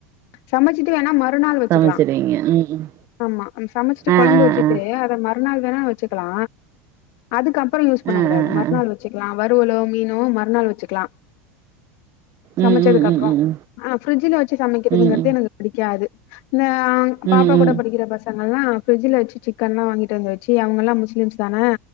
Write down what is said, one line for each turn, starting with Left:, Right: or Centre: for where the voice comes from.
Left: சமச்சிட்டு வேணா மறுநாள் வச்சுக்கலா
Right: சமச்சுருவீங்க ம்
Left: ஆமா நம் சமச்சிட்டு
Right: ம் ஆ
Left: கொழம்பு
Right: ஆ
Left: வச்சுட்டு
Right: ஆ
Left: அத மறுநாள் வேணா வச்சுக்கலா அதுக்கப் பற யூஸ் பண்ண
Right: ஆ
Left: கூடாது
Right: ஆ
Left: மறுநாள்
Right: ஆ
Left: வச்சுக்கலா வறுவலோ மீனோ மறுநாள் வச்சுக்லா சமச்சதுக்கு
Right: ம் ம் ம்
Left: அப்றோ
Right: ம்
Left: ஆ ஃபிரிட்ஜ்ல வச்சு சமைக்கிறதுங்றது
Right: ம் ம்
Left: எனக்கு பிடிக்காது இந்த ஆ பாப்பா
Right: ம்
Left: கூட
Right: ம்
Left: படிக்கிற பச அவுங்கல்லா ஃபிரிட்ஜ்ல வச்சு சிக்கன்ல்லா வாங்கிட்டு வந்து வச்சு அவுங்கல்லா முஸ்லிம்ஸ் தான